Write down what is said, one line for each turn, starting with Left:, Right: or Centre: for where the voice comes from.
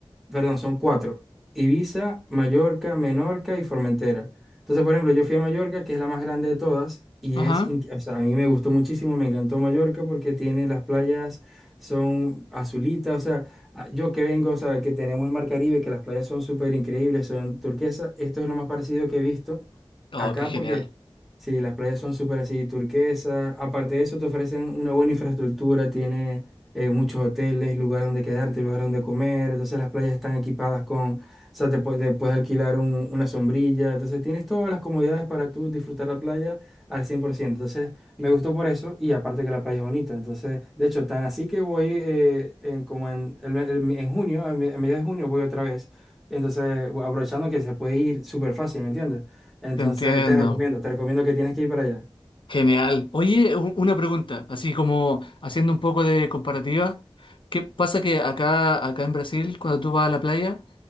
Centre: perdón, son cuatro, Ibiza, Mallorca, Menorca y Formentera. Entonces, por ejemplo, yo fui a Mallorca, que es la más grande de todas, y
Left: Ajá.
Centre: es, in- o sea, a mí me gustó muchísimo, me encantó Mallorca porque tiene las playas, son azulitas, o sea, a- yo que vengo, o sea, que tenemos el Mar Caribe, que las playas son súper increíbles, son turquesas, esto es lo más parecido que he visto.
Left: Oh,
Centre: Acá
Left: qué genial.
Centre: porque sí, las playas son súper así turquesas. Aparte de eso, te ofrecen una buena infraestructura, tiene eh, muchos hoteles, lugar donde quedarte, lugar donde comer. Entonces las playas están equipadas con, o sea, te, pu- te puedes alquilar un- una sombrilla. Entonces tienes todas las comodidades para tú disfrutar la playa al cien por ciento Entonces me gustó por eso y aparte que la playa es bonita. Entonces, de hecho, tan así que voy eh, en- como en, el me- el- me- en junio, a, mi- a mediados de junio voy otra vez. Entonces, aprovechando que se puede ir súper fácil, ¿me entiendes? Entonces
Left: Te entiendo.
Centre: te recomiendo, te recomiendo que tienes que ir para allá.
Left: Genial. Oye, u- una pregunta, así como haciendo un poco de comparativa. ¿Qué pasa que acá, acá en Brasil, cuando tú vas a la playa,